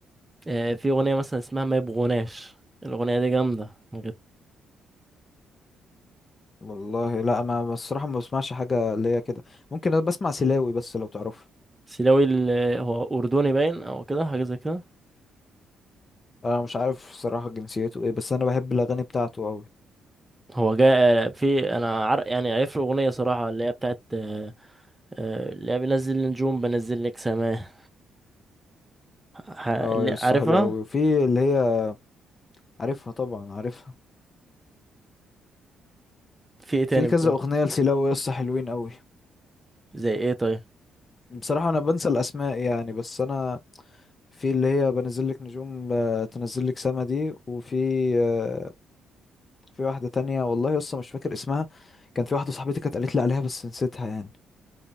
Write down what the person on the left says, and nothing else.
والله لا ما بصراحة ما بسمعش حاجة اللي هي كده ممكن انا بسمع سلاوي بس لو تعرفه
انا مش عارف الصراحة جنسيته ايه بس انا بحب الاغاني بتاعته اوي
اه يس
حلو اوي وفي اللي هي عارفها طبعا عارفها
في
كذا اغنية لسلاوي يس حلوين اوي
بصراحة انا بنسى الاسماء يعني بس انا في اللي هي بنزل لك نجوم آه، تنزل لك سما دي وفي آه، في واحدة تانية والله يس مش فاكر اسمها كان في واحدة صاحبتي كانت قالت لي عليها بس نسيتها يعني